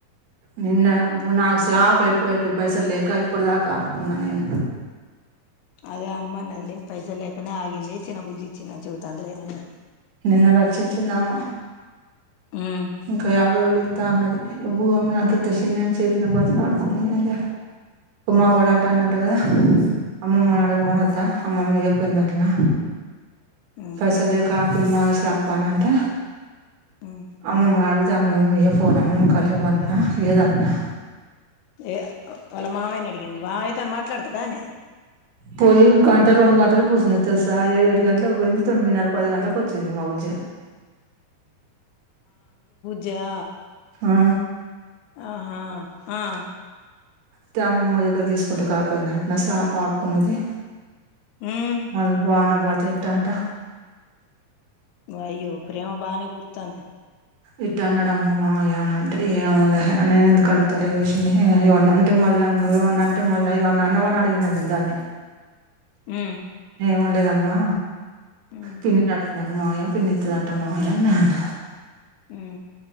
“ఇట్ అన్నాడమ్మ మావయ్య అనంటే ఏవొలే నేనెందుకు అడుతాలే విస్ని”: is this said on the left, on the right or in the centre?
Right